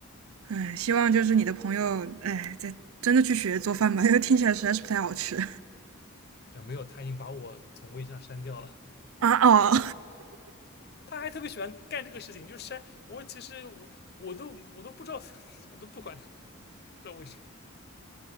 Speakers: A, on the right; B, on the left.
A: 哎，希望就是你的朋友，哎，在真的去学做饭吧，因为听起来实在是不太好吃
B: 啊，没有，他已经把我从微信上删掉了。<laughs>
A: <laughs> 啊哦，
B: 他还特别喜欢干这个事情，就删我。其实我我都我都不知道，<laughs> 我都不管他，不知道为什么。